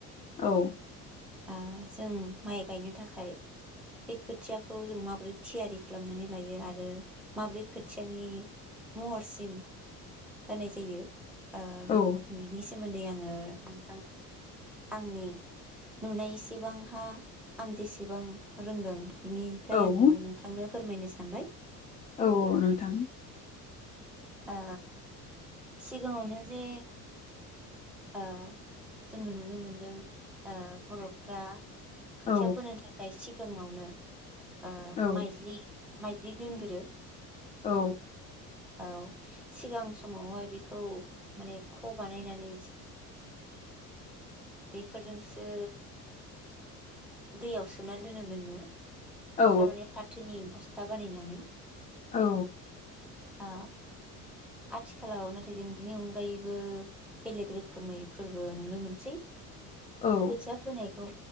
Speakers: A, on the left (about 15°); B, in the centre.
A: औ
B: ओ जों माइ गायनो थाखाय बे खोथियाखौ जों माबोरै थियारि खालामनानै लायो आरो माबोरै खोथियानि महरसिम होनाय जायो ओ बि-बिनि
A: औ
B: सोमोन्दै आङो नोंथां आंनि नुनायसेबांहा आं जेसेबां रोंदों बिनिफ्राय
A: औ
B: आङो नोंथांनो फोरमायनो सानबाय।
A: औ नोंथां
B: ओ सिगाङावनो जे ओ जोङो नुनो मोनदों ओ बर'फ्रा खोथिया
A: औ
B: फोनो थाखाय सि <unintelligible> ओ
A: औ
B: माइज्लि माइज्लि दोनगोरो।
A: औ।
B: औ सिगां समावहाय बेखौ माने ख' बानायनानै बेफोरजोंसो दैयाव सोमनानै दोनो मोननो। थारमाने
A: औ
B: फाथोनि बस था बानायनानै।
A: औ।
B: ओ आथिखालाव नाथाय जों बिनि अनगायैबो बेलेग रो खोमै फोरबो नुनो मोनसै।
A: औ
B: खोथिया फोनायखौ।